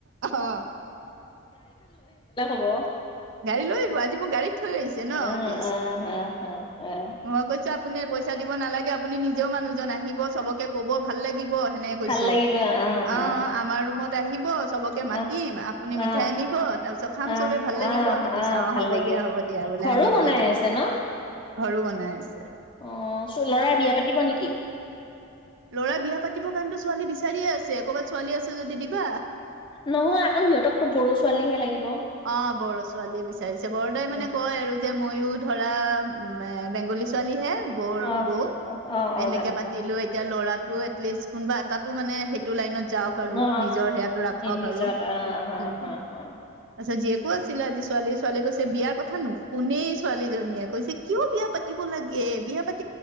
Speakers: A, on the right; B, on the left.
A: অ।
B: অ
A: গাড়ী লৈ আহিব আজি মোৰ গাড়ীত থৈ আহিছে ন
B: আহ
A: অফিচ
B: আহ হ হ আহ
A: মই কৈছো আপুনি পইচা দিব নালাগে আপুনি নিজেও মানুহজন আহিব চবকে কব ভাল লাগিব সেনেকে কৈছো।
B: ভাল লাগিব আহ হা
A: অ
B: হা
A: আমাৰ ৰুমত আহিব চবকে মাতিম
B: আহ আহ
A: আপুনি মিঠাই
B: আহ
A: আনিব তাৰপিছত খাম
B: আহ
A: চবে ভাল লাগিব
B: আহ
A: <unintelligible> ততে কৈছে
B: আহ
A: অ
B: ভাল
A: হ'ব
B: লাগিব
A: দিয়া হ'ব দিয়া বোলে
B: ঘৰো
A: আহিম
B: বনাই
A: দিয়া তেনে
B: আছে ন
A: <unintelligible> আছে
B: অ লৰাই বিয়া পাতিব নেকি?
A: লৰাই বিয়া পাতিব কাৰণে ছোৱালী বিচাৰিয়ে আছে ক'ৰবাত ছোৱালী আছে যদি দিব।
B: নহয় আকৌ সিহঁতকতো বঢ়ো ছোৱালীহে লাগিব।
A: অ বড়ো ছোৱালীয়ে বিচাৰিছে বড়োদাই
B: উম,
A: মানে কয় আৰু যে মইও ধৰা বেংগলী ছোৱালী হে বৌ
B: অ
A: বৌ
B: অ
A: হেনেকে
B: অ জানো
A: পাতিলো
B: জানো
A: এতিয়া লৰাক ত এটলিষ্ট কোনবা এটাটো মানে সেইটো লাইনত যাওক আৰু
B: অ
A: নিজৰ সেয়াটো ৰাখক
B: নিজত
A: আৰু।
B: অ হা
A: উম,
B: হা অ
A: তাৰপিছত জীয়ে ক আছিল আজি ছোৱালী ছোৱালীয়ে কৈছে বিয়াৰ কথা নুশুনেই ছোৱালীজনীয়ে। কৈছে কিয় বিয়া পাতিব লাগে বিয়া পাতি <unintelligible>